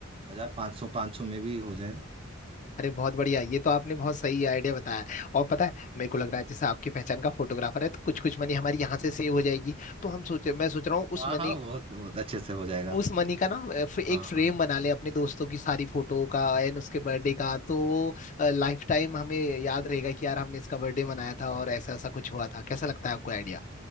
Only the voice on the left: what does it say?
अरे बहुत बढ़िया ये तो आपने बहुत सही आइडिया बताया और पता है मेरे को लग रहा है जैसे आपकी पहचान का फोटोग्राफर है तो कुछ कुछ मनी हमारी यहाँ से सेव हो जाएगी तो हम सोचे मैं सोच रहा हूँ उस
मनी
उस मनी का ना अ, फ- एक
फ्रेम
बना ले अपने दोस्तों की सारी फोटो का एंड उसके बर्थडे का तो वो लाइफ टाइम हमें याद रहेगा कि यार हमने इसका बर्थडे मनाया था और ऐसा ऐसा कुछ हुआ था कैसा लगता है आपको आइडिया